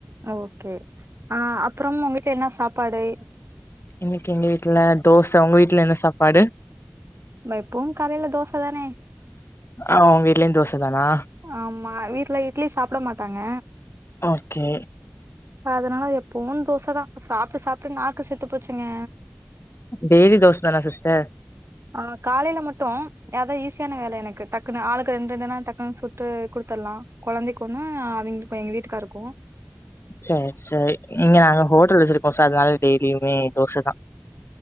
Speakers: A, on the right; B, on the left.
A: ஓகே அ அப்புறம் உங்க வீட்ல என்ன சாப்பாடு
B: இன்னக்கி எங்க வீட்ல தோச உங்க வீட்ல என்ன சாப்பாடு
A: ம எப்பவு காலல தோச தானே
B: ஆ உங்க வீட்லையு தோச தானா
A: ஆமா வீட்ல இட்லி சாப்ட மாட்டாங்க
B: ஓகே
A: அதனால எப்பவு தோச தா சாப்ட்டு சாப்ட்டு நாக்கு செத்து போச்சிங்க
B: டேய்லி தோச தானா சிஸ்டர்
A: ஆ காலையில மட்டு அதா ஈஸியான வேல எனக்கு டக்குன்னு ஆளுக்கு ரெண்டு ரெண்டு நா டக்குன்னு சுட்டு குடுத்தர்லா கொழந்தைக்கு ஒன்னு அவ்ங்க எங்க வீட்டுகாருக்கூ
B: சேரி சேரி இங்க நாங்க ஹோட்டல் வச்சிருக்கோ சோ அதனால டெய்லியுமே தோச தா